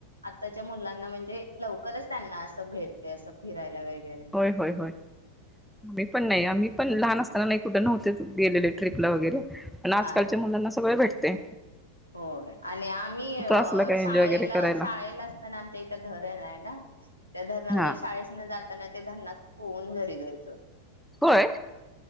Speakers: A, on the left; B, in the centre.
A: आत्ताच्या मुलांना म्हणजे, लवकरच त्यांना असं भेटतय, असं फिरायला वैगरे
B: होय होय होय, मी पण नाही, आम्ही पण लहान असताना नाही, कुठे नव्हते गेलेले ट्रीपला वगैरे, पण आजकालच्या
A: हा हा
B: मुलांना सगळं भेटतय.
A: होय, आणि आम्ही
B: असलं काही एन्जॉय
A: शाळेला,
B: वगैरे करायला
A: शाळेला आमच्या इथं धरण आहे ना, त्या धरणा
B: हा
A: जाताना ते धारनात पोहून घरी जायचो.
B: होय